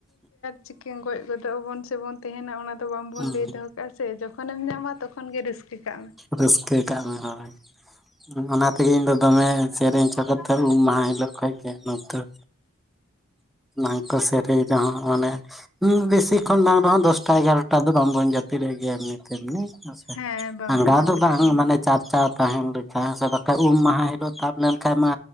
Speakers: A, on the left; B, in the centre.
A: ᱪᱤᱠᱟᱹᱭᱟᱢ ᱜᱚᱡ ᱜᱚᱫᱚᱜ ᱟᱵᱚᱱ ᱥᱮᱵᱚᱱ ᱛᱟᱦᱮᱱᱟ ᱚᱱᱟ ᱛᱚ ᱵᱟᱝᱵᱚᱱ
B: ᱦᱩᱸ
A: ᱞᱟᱹᱭ ᱫᱚᱦᱚ ᱠᱟᱜᱼᱟ ᱥᱮ ᱡᱚᱠᱷᱚᱱᱮᱢ ᱧᱟᱢᱟ ᱛᱚᱠᱷᱚᱱ ᱜᱮ ᱨᱟᱹᱥᱠᱟᱹ ᱠᱟᱜ ᱢᱮ᱾
B: ᱨᱟᱹᱥᱠᱟᱹ ᱠᱟᱸᱜ ᱢᱮ ᱦᱳᱭ᱾ ᱚᱱᱟ ᱛᱮᱜᱮ ᱤᱧ ᱫᱚ ᱫᱚᱢᱮ ᱥᱮᱨᱮᱧ ᱚᱪᱚ ᱠᱟᱛᱮ ᱩᱢ ᱢᱟᱦᱟ ᱦᱤᱞᱳᱜ ᱠᱷᱚᱡ ᱜᱮ <unintelligible>
A: <inaudible>
B: ᱵᱟᱝ ᱠᱚ ᱥᱮᱨᱮᱧ ᱨᱮᱦᱚᱸ ᱢᱟᱱᱮ ᱵᱮᱥᱤ ᱠᱷᱚᱱ ᱵᱟᱝ ᱨᱮᱦᱚᱸ ᱫᱚᱥᱴᱟ ᱮᱜᱟᱨᱚᱴᱟ᱾ ᱱᱮᱛᱟᱨ ᱫᱚ ᱵᱟᱝᱵᱚᱱ ᱡᱟᱹᱯᱤᱫ ᱮᱫ ᱜᱮᱭᱟ ᱮᱢᱱᱤ ᱛᱮᱢᱱᱤ ᱦᱮᱸ ᱥᱮ
A: ᱦᱮᱸ ᱵᱟᱝᱵᱚᱱ
B: ᱟᱸᱜᱟ
A: ᱡᱟᱹᱯᱤᱫᱮᱜ
B: ᱫᱚ ᱵᱟᱝ
A: ᱜᱮᱭᱟ
B: ᱢᱟᱱᱮ ᱪᱟᱨᱪᱟᱣ ᱛᱟᱦᱮᱱ ᱞᱮᱠᱟ ᱦᱮᱸ ᱥᱮ ᱵᱟᱠᱷᱟᱱ ᱩᱢ ᱢᱟᱦᱟ ᱦᱤᱞᱳᱜ ᱛᱟᱵ ᱞᱮᱱᱠᱷᱟᱱ ᱢᱟ